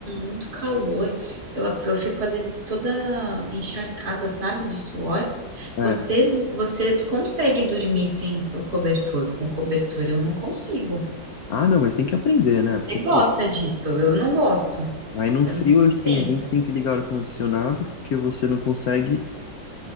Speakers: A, on the right (about 55°); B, on the left (about 65°).
A: muito calor. Eu, eu fico às vezes toda encharcada, sabe, de suor.
B: É.
A: Você, você consegue dormir sem o cobertor, com cobertor? Eu não consigo.
B: Ah, não, mas tem que aprender, né? Porque,
A: Você
B: pô,
A: gosta disso? Eu não gosto.
B: aí no
A: Pra
B: frio
A: mim,
B: a gente tem,
A: tem
B: a gente
A: isso.
B: tem que ligar o ar-condicionado porque você não consegue